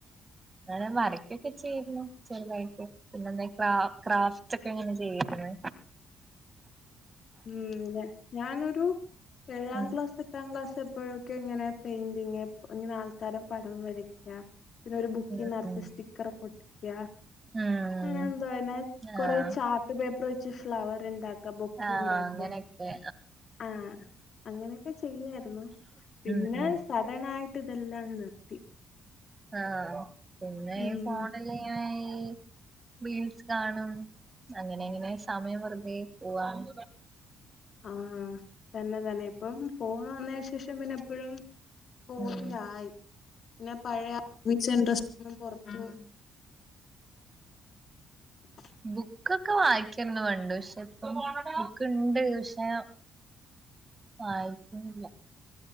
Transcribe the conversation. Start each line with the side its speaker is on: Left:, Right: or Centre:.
Right: ങ്ങനെ വരക്കൊക്കെ ചെയ്തിരുന്നു. ചെറ്തായിട്ട് പിന്നെന്താ ഈ ക്രാ ക്രാഫ്റ്റൊക്കെ ങ്ങനെ ചെയ്യേര്ന്ന്
Left: ഉം. ന്നെ ഞാനൊരു ഏഴാം
Right: ഉം
Left: ക്ലാസ് എട്ടാം ക്ലാസ് എപ്പോഴൊക്കെയൊ ങ്ങനെ പെയിന്റിംഗ്, ങ്ങനെ ആൾക്കാരെ പടം വരയ് ക്കാ. പിന്നെരു ബുക്കിന്നർത്ത്
Right: ഉം ഉം
Left: സ്റ്റിക്കറൊക്കെ ഒട്ടിക്കാ.
Right: ഉം
Left: ആഹ് എന്തൊ ഇന്നെ കൊറേ
Right: ആഹ്
Left: ചാർട്ട് പേപ്പർ വെച്ച് ഫ്ലവർ ണ്ടാക്കാ. ബൊ
Right: ആഹ്
Left: ഇണ്ടാക്ക
Right: അങ്ങനെയൊക്കെ
Left: ആഹ്. അങ്ങനെയൊക്കെ ചെയ്യായിരുന്നു. പിന്നെ,
Right: ഉം ഉം
Left: സഡൺ ആയിട്ട് ഇതെല്ലാം അങ്ങ് നിർത്തി.
Right: ആഹ്, പിന്നെ,
Left: ഉം
Right: ഫോണില്ല് ഇങ്ങനയി. റീൽസ് കാണും. അങ്ങനെ എങ്ങനെ സമയം വെറുതെ പോവാണ്.
Left: ആഹ്, തന്നെ, തന്നെ ഇപ്പം ഫോൺ വന്നതിന് ശേഷം പിന്ന എപ്പോഴും ഫോണിലായി.
Right: ഉം
Left: പിന്നെ, പഴയ മ്യൂച്ച് <unintelligible> പുറത് <inaudible>
Right: ബുക്കൊക്ക വായിക്കന്ന് പണ്ട് പക്ഷെ ഇപ്പ ബുക്ക് ഇണ്ട് പക്ഷേ. വായിക്കണില്ല.